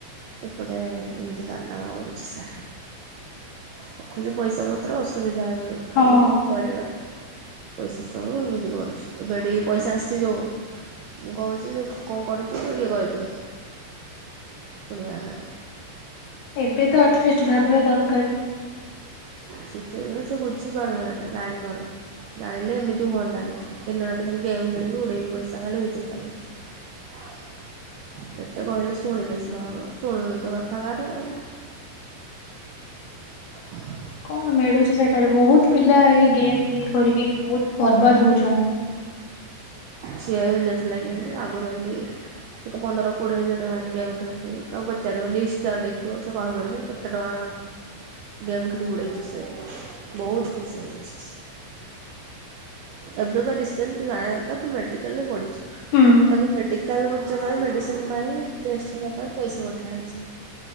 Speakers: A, on the right (about 80°); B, on the left (about 70°).
A: ଏପଟେ ଏମିତି କାରନାମା କରୁଚି ସେ ଦେଖୁଚୁ ପଇସା ପତ୍ର ଅସୁବିଧା ହେବେ
B: ହଁ
A: କେମିତି କଣ କରିବା ପଇସା ସବୁ ଏମିତି କରୁଛୁ। ଏବେ ଏଇଟି ପଇସା ଅସିଛି ଯୋଉ ମୁଁ କହୁଚି କଣ କରୁଛୁ ଇଏ କରିଦିଏ। ଶୁଣିଆରା
B: ଏବେ ତ ଆଟିଲିଷ୍ଟ ଭାବିବା ଦର
A: ସିଚୁଏସନ୍ ସେ ବୁଝିପାରୁନି ହେଇଟା ଜାଣିପାରୁନି। ଜାଣିଲେ ଏମିତି ହୁଅନ୍ତାନି ସେ ଦିନ ରାତି ଖାଲି ଗେମ୍ ଖେଳିବି ଉଡେଇ ବି ପଇସା ଖାଲେ ହେଇ ଚିନ୍ତା କରୁଛି। ଯେତେ କହିଲେ ଶୁଣିଲେ ସିନା ହବ ଶୁଣିନୁ ତ କଥା କାର ଆଉ। ହୁଁ
B: କଣ ମିଳୁଛି ସେଠାରେ ବହୁତ ପିଲା ଏଇ ଗେମ୍ ଇ କରିକି ବହୁତ ବର୍ବାଦ ହଉଛନ୍ତି।
A: ଛିଏ ହେଇନଥିଲା କି ଏମିତି ଆଗରୁ ହେମିତୀ କେତେ ପନ୍ଦର କୋଡିଏ ହଜାର ଟଙ୍କା ହେନ୍ତି ଗେମ୍ ଖେଳି ଖେଳି ତାକୁ ପଚାରିବ ଲିଷ୍ଟ ଟା ଦେଖିବ। ସେ କହିବନି କେତେ ଟଙ୍କା ଗେମ୍ ଖେଳିକି ଉଡେଇଛି ସେ ବହୁତୁ ପଇସା ଉଡ଼େଇଛି ଏବେ ବା ରିସେଣ୍ଟ ତୁ ଜାଣିବା ଦ ତୁ ମେଡିକାଲ ରେ ପଢଛୁ
B: ହୁଁ
A: ତାକୁ ମେଡିକାଲ ଖର୍ଚ୍ଚ ପାଇଁ ମେ ମେଡିସିନି ପାଇଁ ଟେଷ୍ଟ ହେବ ପାଇଁ ପଇସା ପଠା ହେଇଛି